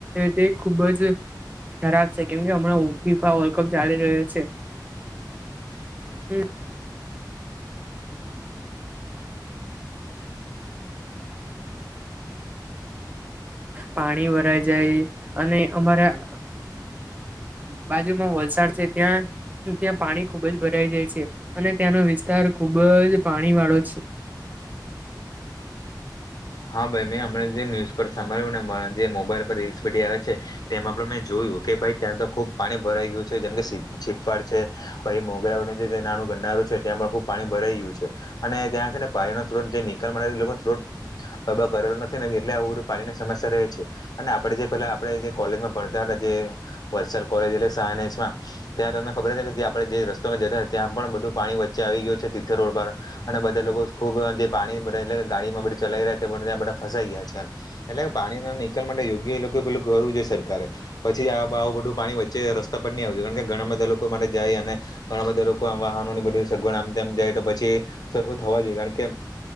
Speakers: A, on the right (about 20°); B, on the left (about 60°).
A: તે ખુબ જ. ખરાબ છે કેમ કે હમણાં ફીફા વર્લ્ડ કપ ચાલી રહ્યો છે.
B: <unintelligible>
A: <unintelligible> <unintelligible> પાણી ભરાઈ જાય અને અમારા. બાજુમાં વલસાડ છે ત્યાં. ત્યાં પાણી ખુબ જ ભરાઈ જાય છે અને ત્યાંનો વિસ્તાર ખુબ જ પાણી વાળો છે.
B: હા ભાઈ મેં હમને જે ન્યુઝ પર સાંભળ્યું ને એમાં જે મોબાઈલ પર રીલ્સ બધી આવે છે. તેમાં પણ મેં જોયું કે ભાઈ ત્યાં તો ખુબ પાણી ભરાઈ ગયું છે જેમ કે સી છીફાડ છે. પછ એ મોગરા વડનું જે નાનું ગનારું છે ત્યાં પણ ખુબ પાણી ભરાઈ ગયું છે. અને ત્યાં છે ને પાણીનો થોડોક જે નિકાલ માટે લોકો ને થોડોક. કબ કરેલું નથી એટલે આવું બધું પાણીની સમસ્યા રહે છે. અને આપડે જે પેલા આપણે જે કોલેજમાં ભણતા હતા જે વલસાડ કોલેજ શાહ ને એસ માં. ત્યાં તમને ખબર છે કે જે આપણે જે રસ્તોમાં જતા ત્યાં પણ બધું પાણી વચ્ચે આવી ગયો છે તિથ રોડ પર. અને બધા લોકો ખૂબ જે પાણી એટલે ગાડી માં બધા ચલાઈ રહ્યા ત્યા બધા ફસાઈ ગયા છે એમ. એટલે પાણી ના નીકાલ માટે યોગ્ય એ લોકો પેલું કરવું જોઈ સરકારે. પછી આવું બધું પાણી વચ્ચે રસ્તા પર નહી આવ કારણ કે ઘણા બધા લોકો માટે જાય અને. ઘણા બધા લોકો આમ વાહનો ને બધે સગવડ આમ તેમ જાય તો પછી સરખું થવા જોઈએ કારણ કે.